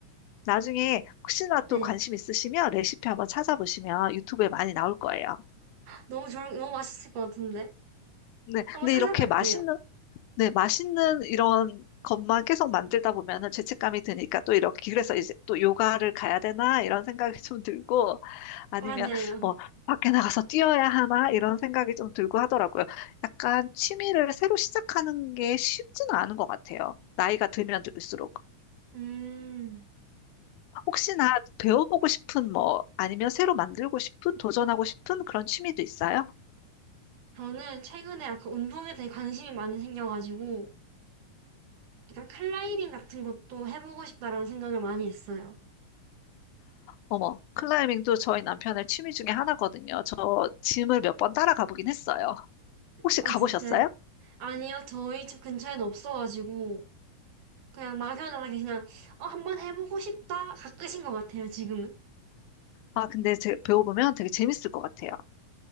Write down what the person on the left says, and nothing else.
나중에 혹시나 또
관심 있으시면 레시피 한번 찾아보시면 유튜브에 많이 나올 거예요.
네,
근데
이렇게 맛있는 네, 맛있는 이런 것만 계속 만들다 보면은 죄책감이 드니까 또 이렇게 그래서 이제 또 요가를 가야 되나 이런 생각이 좀 들고 아니면
뭐 밖에 나가서 뛰어야 하나 이런 생각이 좀 들고 하더라고요. 약간 취미를 새로 시작하는 게 쉽지는 않은 것 같아요. 나이가 들면 들수록
혹시나 배워보고 싶은 뭐 아니면 새로 만들고 싶은 도전하고 싶은 그런 취미도 있어요?
어머, 클라이밍도 저희 남편의 취미 중에 하나거든요. 저 짐을 몇 번 따라가 보긴 했어요. 혹시
가보셨어요?
아, 근데 제, 배워보면 되게 재밌을 것 같아요.